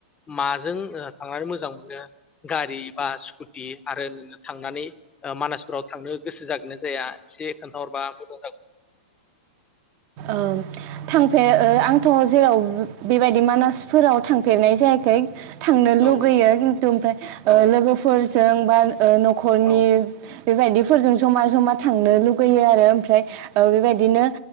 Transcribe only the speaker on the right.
औ थांफेर आंथ जेराव बेबायदि मानासफोराव थांफेरनाय जायाखै थांनो लुुगैयो
खिन्थु ओमफ्राय
लोगोफोर जोंबा नखरनि
बेबायदिफोरजों जमा जमा थांनो लुगैयो आरो ओमफ्राय औ बेबायदिनो